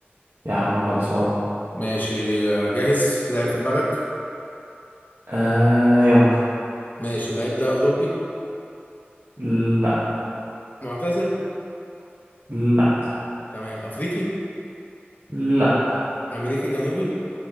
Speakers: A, on the right (about 80°); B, on the left (about 40°).
A: يا عم خلصان
B: ماشي آه، جاهز في لعيب في دماغك
A: آه يلا
B: ماشي اللعيب ده اوروبي
A: لا
B: معتزل
A: لا
B: تمام افريقي
A: لا
B: امريكي جنوبي